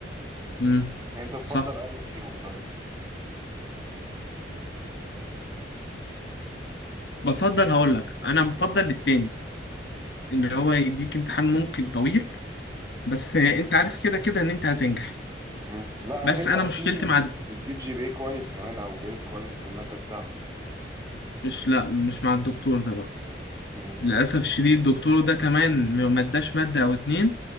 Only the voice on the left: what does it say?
امم
صح
بفضل هقول لك انا بفضل التاني ان هو يديك امتحان ممكن طويل بس انت عارف كده كده ان انت هتنجح
بس
انا مشكلتي
مع
مش لا مش مع الدكتور ده بقى
للاسف الشديد الدكتور ده كمان ما اداش ماده او اتنين